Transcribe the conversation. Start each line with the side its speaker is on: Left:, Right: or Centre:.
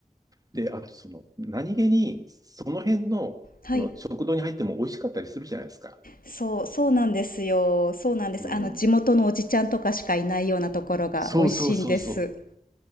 Right: で、あとその、何気に、その辺の、
Left: はい
Right: その食堂に入っても美味しかったりするじゃないですか。
Left: そうそうなんですよそうなんですあの地元のおじちゃんとかしかいないようなところが美味しいんです
Right: うん。そうそうそうそうそう。